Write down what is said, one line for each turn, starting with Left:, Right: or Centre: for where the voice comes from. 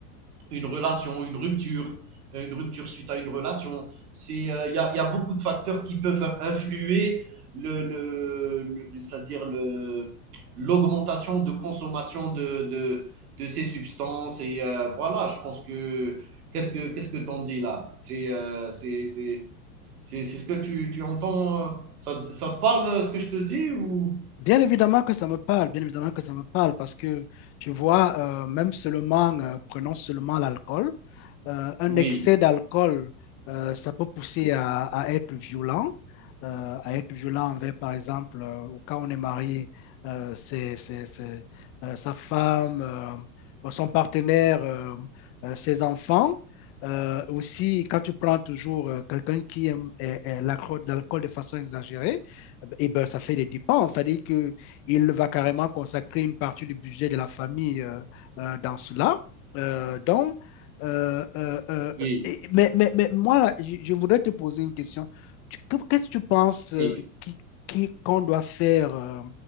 Right: une relation, une rupture, euh, une rupture suite à une relation. C'est il euh, y, a, y, a, beaucoup de facteurs qui peuvent influer le, le, le c'est-à-dire le l'augmentation de consommation de, de, de ces substances et euh, voilà. Je pense que qu'est-ce que qu'est-ce que t'en dis là C'est euh, c'est c'est c'est c'est ce que tu tu entends. euh, Ça, ça te parle euh, ce que je te dis ou
Left: Bien évidemment que ça me parle, bien évidemment que ça me parle, parce que tu vois, euh, même seulement, euh, prenons seulement l'alcool, euh, un
Right: Oui,
Left: excès d'alcool, euh, ça peut pousser à, à être violent, euh, à être violent envers, par exemple, euh, au cas où on est marié, euh, c'est, c'est- c'est, euh, sa femme, euh, son partenaire, euh, euh, ses enfants. Euh, aussi, quand tu prends toujours euh, quelqu'un qui aime eh, eh, l'alcool l'alcool de façon exagérée, eh ben, ça fait des dépenses. C'est-à-dire qu'il va carrément consacrer une partie du budget de la famille euh, euh, dans cela. Euh, donc, euh, euh, euh,
Right: oui,
Left: et- mais, mais, mais moi, je, je voudrais te poser une question. Tu- que- Qu'est-ce que tu penses euh,
Right: oui.
Left: qui, qui- qu'on doit faire euh,